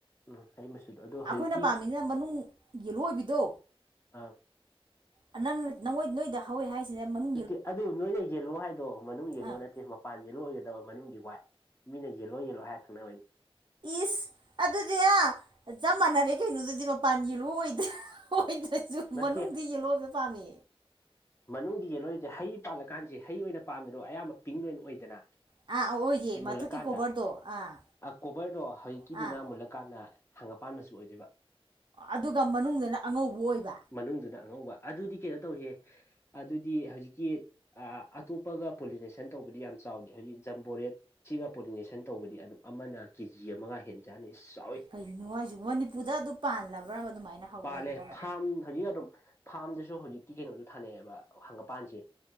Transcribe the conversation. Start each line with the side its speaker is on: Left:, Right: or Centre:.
Left: ꯎꯝ ꯍꯩ ꯃꯆꯨꯗꯣ ꯑꯗꯣ ꯍꯧꯖꯤꯛꯀꯤ
Right: ꯑꯈꯣꯏꯅ ꯄꯥꯝꯃꯤꯖꯤꯅ ꯃꯅꯨꯡ ꯌꯦꯜꯂꯣ ꯑꯣꯏꯕꯤꯗꯣ
Left: ꯑ
Right: ꯑꯥ ꯅꯪ ꯅꯪꯉꯣꯏ ꯅꯣꯏꯗꯥ ꯍꯧꯋꯦ ꯍꯥꯏꯁꯤꯅ ꯃꯥꯅꯨꯡ
Left: ꯅꯠꯇꯦ ꯑꯗꯨ ꯅꯣꯏꯅ ꯌꯦꯜꯂꯣ ꯍꯥꯏꯗꯣ ꯃꯅꯨꯡ ꯌꯦꯜꯂꯣ
Right: ꯑꯥ
Left: ꯅꯠꯇꯦ ꯃꯞ ꯄꯥꯟ ꯌꯦꯜꯂꯣ ꯑꯣꯏꯒꯗꯕ ꯃꯅꯨꯡꯗꯤ ꯋꯥꯏꯠ ꯃꯤꯅ ꯌꯦꯜꯂꯣ ꯌꯦꯜꯂꯣ ꯍꯥꯏꯔ ꯈꯪꯅꯕꯩꯅꯤ
Right: ꯏꯁ ꯑꯗꯨꯗꯤ ꯑꯥ ꯆꯞ ꯃꯥꯟꯅꯔꯦ ꯀꯩꯅꯣꯗꯨꯗꯤ ꯃꯄꯥꯟ ꯌꯦꯂꯣ ꯑꯣꯏꯗꯥ ꯑꯣꯏꯗ꯭ꯔꯥꯖꯨ
Left: ꯅꯠꯇꯦ
Right: ꯃꯅꯨꯡꯗꯤ ꯌꯦꯂꯣ ꯑꯣꯏꯕ ꯄꯥꯝꯃꯦ
Left: ꯃꯅꯨꯡꯗꯤ ꯌꯦꯂꯣ ꯑꯣꯏꯔꯤꯖꯦ ꯍꯩ ꯄꯥꯜꯂꯀꯥꯟꯖꯦ ꯍꯩ ꯑꯣꯏꯅ ꯄꯥꯟꯕꯗꯣ ꯑꯌꯥꯝꯕ ꯄꯤꯡ ꯂꯣꯏ ꯑꯣꯏꯗꯅꯥ
Right: ꯑꯥ ꯑꯣꯏꯌꯦ ꯃꯊꯛꯀꯤ
Left: ꯃꯨꯜꯂꯀꯥꯟꯗ
Right: ꯀꯣꯕꯔꯗꯣ ꯑꯥ
Left: ꯑꯥ ꯀꯣꯕꯔꯗꯣ ꯍꯥꯋꯤꯛꯀꯤꯗꯨꯅ
Right: ꯑꯥ
Left: ꯃꯨꯜꯂꯀꯥꯟꯗ ꯍꯪꯒꯄꯥꯟ ꯃꯆꯨ ꯑꯣꯏꯗꯣꯏꯕ
Right: ꯑꯗꯨꯒꯥ ꯃꯅꯨꯡꯗꯅ ꯑꯉꯧꯕ ꯑꯣꯏꯕ
Left: ꯃꯅꯨꯡꯗꯨꯅ ꯑꯉꯧꯕ ꯑꯗꯨꯗꯤ ꯀꯦꯅꯣ ꯇꯧꯋꯤꯍꯦ ꯑꯗꯨꯗꯤ ꯍꯧꯖꯤꯛꯀꯤ ꯑꯥ ꯑꯇꯣꯞꯄꯒ ꯄꯣꯂꯤꯅꯦꯁꯟ ꯇꯧꯕꯗꯤ ꯌꯥꯝ ꯆꯥꯎꯗꯦ ꯍꯥꯏꯗꯤ ꯖꯝꯕꯣ ꯔꯦꯗ ꯁꯤꯒ ꯄꯣꯂꯤꯅꯦꯁꯟ ꯇꯧꯕꯗꯤ ꯑꯗꯨꯝ ꯑꯃꯅ ꯀꯦ ꯖꯤ ꯑꯃꯒ ꯍꯦꯟꯖꯥꯅꯤ ꯏꯁ ꯆꯥꯎꯋꯤ
Right: ꯀꯩꯅꯣ ꯍꯥꯏꯖꯤꯕꯣ ꯃꯅꯤꯄꯨꯔꯗꯥ ꯑꯗꯨ ꯄꯥꯜꯂꯕ꯭ꯔꯥꯕ ꯑꯗꯨꯃꯥꯏꯅ ꯍꯧ
Left: ꯄꯥꯜꯂꯦ
Right: ꯂꯩꯕ꯭ꯔꯕ
Left: ꯐꯥꯝ ꯍꯧꯖꯤꯛ ꯑꯗꯨꯝ ꯐꯥꯝꯗꯁꯨ ꯍꯧꯖꯤꯛꯀꯤ ꯀꯦꯅꯣꯗꯣ ꯊꯥꯅꯩꯑꯦꯕ ꯍꯪꯒꯄꯥꯟꯖꯦ